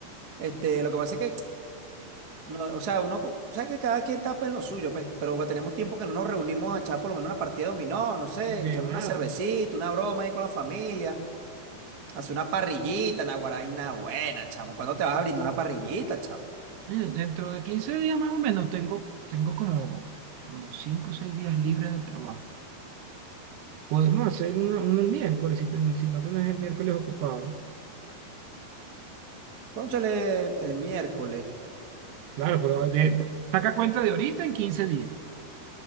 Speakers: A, on the right; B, on the right.
A: este, lo que pasa es que, no, o sea, uno, co- o sea, que cada quien está pues, en lo suyo, pues, pero bueno, tenemos tiempo que no nos reunimos a echar por lo menos una partida de dominó, no sé, echar
B: De nada.
A: una cervecita, una broma ahí con la familia. Hace una parrillita, naguaraina buena, chamo. ¿Cuándo te vas a brindar una parrillita, chamo?
B: Eh, Dentro de 15 días más o menos tengo, tengo como, como 5 o 6 días libres del trabajo. Podemos hacer uno, uno el miércoles, si, ten- si no tenés el miércoles ocupado.
A: Cónchale, el miércoles.
B: Claro, pero de- saca cuenta de ahorita en 15 días.